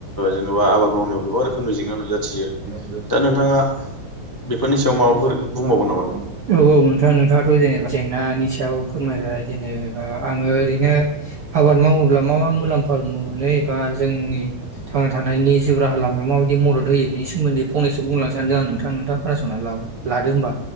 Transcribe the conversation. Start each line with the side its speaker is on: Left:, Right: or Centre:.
Left: जेन'बा आबाद मावनायाव गोबां रोखोमनि जेंना नुजाथियो
Right: <unintelligible>
Left: दा नोंथाङा बेफोरनि सायाव
Right: औ
Left: माबाफोर बुंबावगोन नामा नोंथां?
Right: औ नोंथां नोंथाङाथ' जेनेबा जेंनानि सायाव फोरमायबाय जेनेबा आङो ओरैनो आबाद मावोब्ला मा मा मुलाम्फ धर्म मोनै बा जोंनि थांना थानायनि जेबो राहा लामायाव माबायदि मदद होयोनि सोमोन्दै फंनै बुंलां सानदों आं नोंथां नोंथाङा खोनासंनानै लादो होमबा